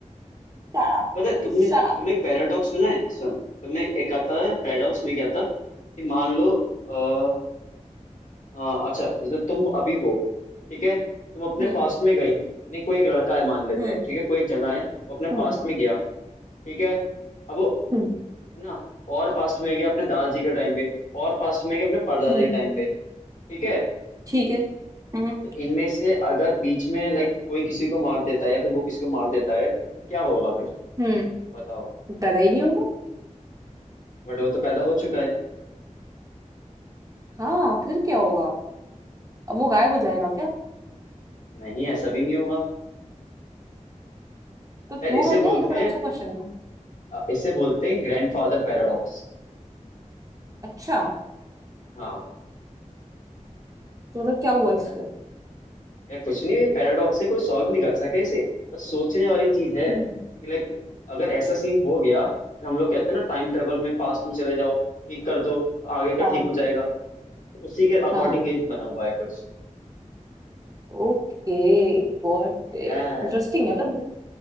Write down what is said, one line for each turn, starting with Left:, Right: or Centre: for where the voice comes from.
Right: up
Left: पता है तुमने
Right: shut
Left: तुमने
Right: up
Left: एक पैराडॉक्स सुना है सुनो तुमने एक आता है पैराडॉक्स में क्या था कि मान लो आ, हाँ अच्छा जैसे तुम अभी हो ठीक है तुम अपने
Right: हम्म
Left: पास्ट में गई नहीं कोई एक लड़का है मान लेते
Right: हम्म
Left: हैं ठीक है कोई एक जना है वो अपने
Right: हम्म
Left: पास्ट में गया ठीक है अब वो
Right: हम्म
Left: है ना और पास्ट में गया अपने दादाजी के टाइम पे और पास्ट में गया अपने परदादा
Right: हम्म
Left: के
Right: <laughs>
Left: टाइम पे ठीक है
Right: ठीक है हम्म
Left: तो इनमें से अगर बीच में लाइक कोई किसी को मार देता है या फिर वो किसी को मार देता है तो क्या होगा फिर
Right: हम्म
Left: बताओ
Right: पैदा ही नहीं होगा
Left: बट वो तो पैदा हो चुका है
Right: हाँ फिर क्या होगा अब वो गायब हो जाएगा क्या
Left: नहीं ऐसा भी नहीं होगा
Right: तो
Left: शायद
Right: होगा
Left: इसे बोलते
Right: क्या ये तो बड़ा अच्छा
Left: हैं
Right: क्वेश्चन है ना
Left: अ, इसे बोलते हैं ग्रैंडफादर पैराडॉक्स
Right: अच्छा
Left: हाँ
Right: तो मतलब क्या हुआ इससे
Left: है ना यार कुछ नहीं ये पैराडॉक्स है कोई सॉल्व नहीं कर सके इसे बस सोचने वाली चीज है
Right: हम्म,
Left: कि लाइक अगर ऐसा सीन हो गया तो हम लोग कहते हैं ना टाइम ट्रेवल में पास्ट में चले जाओ ठीक कर दो तो आगे का
Right: हाँ
Left: ठीक हो जाएगा तो उसी के अकॉर्डिंग
Right: हाँ
Left: ये बना हुआ है कुछ
Right: ओके गॉट
Left: ये
Right: इट इंटरेस्टिंग है मतलब